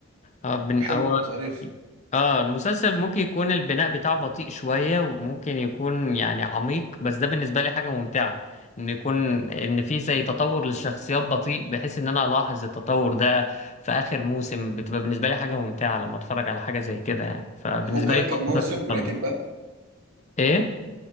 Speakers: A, on the left (about 30°); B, on the right (about 80°).
A: اه بن...
B: حلو
A: هو
B: ظريف
A: اه المسلسل ممكن يكون البناء بتاعه بطيء شوية وممكن يكون يعني عميق بس ده بالنسبة لي حاجة ممتعة ان يكون ان في زي تطور للشخصيات بطيء بحيث ان انا الاحظ التطور ده في اخر موسم بتبقى بالنسبة لي حاجة ممتعة لما اتفرج على حاجة زي كده يعني فبالنسبة
B: هو كان
A: لي
B: كم
A: برضه
B: موسم
A: ده
B: بريكنج
A: تقدم.
B: باد
A: ايه